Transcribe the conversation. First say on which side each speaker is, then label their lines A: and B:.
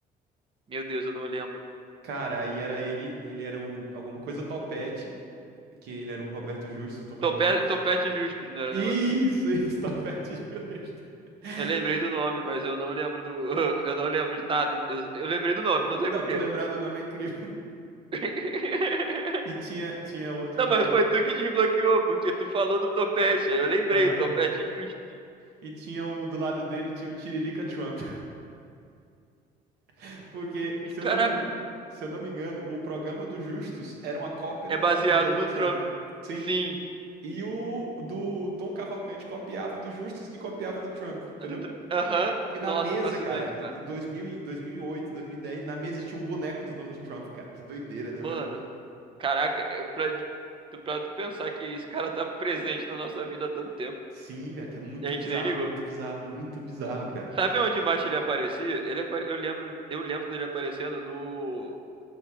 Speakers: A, on the right; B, on the right.
A: Meu Deus, eu não lembro.
B: Cara, aí era ele, ele era o alguma coisa Topete, que ele era o Roberto Justus, o Tom Cavalcante.
A: Topete, Topete justos, não era
B: Isso,
A: um negocinho?
B: isso, <laughs> Topete Justo.
A: Eu lembrei
B: E-
A: do nome, mas eu não lembro do. <laughs> Eu não lembro de nada. Eu, eu lembrei do nome, não sei
B: não,
A: porquê.
B: tu lembrar do nome é incrível.
A: <laughs>
B: E tinha, tinha outro
A: Não,
B: que
A: mas
B: era.
A: foi
B: o-
A: tu que desbloqueou, porque tu falou do topete. Aí eu lembrei,
B: Aham.
A: topete justos.
B: E tinha o do lado dele, tinha o Tiririca Trump. <laughs> Porque, se
A: E,
B: eu
A: caraca,
B: não me, engan- se eu não me engano, o programa do Justus era uma cópia
A: é
B: do
A: baseado
B: programa do Donald
A: no
B: Trump.
A: Trump.
B: Sim.
A: Sim.
B: E o do Tom Cavalcante copiava do Justus que copiava do Trump, entendeu?
A: é do Tru- Aham.
B: E na
A: Nossa,
B: mesa,
A: fascinante,
B: cara, em
A: cara.
B: em 2000, e em 2008, 2010, na mesa tinha um boneco do Donald Trump, cara. Que doideira, né,
A: Mano,
B: velho?
A: caraca, é pra, de- tu- pra tu pensar que esse cara tá presente na nossa vida há tanto tempo.
B: Sim, velho, que é muito
A: E a gente
B: bizarro,
A: nem ligou.
B: muito bizarro, muito bizarro, cara.
A: Sabe onde mais ele aparecia? Ele apare... eu lembro, eu lembro dele aparecendo no